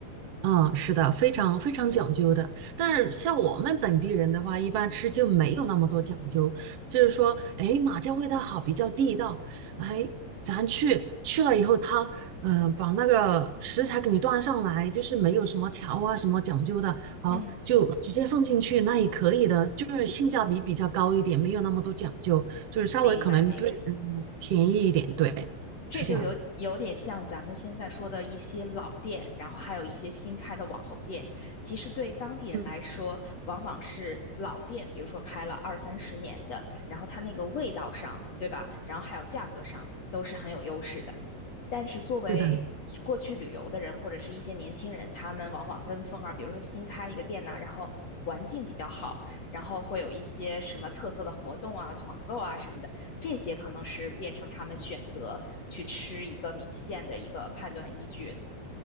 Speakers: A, on the right; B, on the left.
A: 嗯，是的，非常非常讲究的。
B: 嗯
A: 但是像我们本地人的话，一般吃就没有那么多讲究，就是说，哎，哪家味道好比较地道，哎，咱去去了以后他，嗯把那个食材给你端上来，就是没有什么调啊什么讲究的，好就直接放进去，
B: 嗯，
A: 那也可以的，就是性价比比较高一点，没有那么多讲究，就是稍微可能对，
B: 明白明白。
A: 嗯，便宜一点，对，
B: 这就有有点像咱们现在说的一些老店，
A: 是这样子，
B: 然后还有一些新开的网红店。其实对当地人来说，
A: 嗯，
B: 往往是老店，比如说开了二三十年的，然后它那个味道上，对吧？然后还有价格上，都是很有优势的。但是作为过去旅游的人或者是一些年轻人，
A: 是的。
B: 他们往往跟风啊，比如说新开一个店呐、然后环境比较好，然后会有一些什么特色的活动啊、团购啊什么的，这些可能是变成他们选择去吃一个米线的一个判断依据了。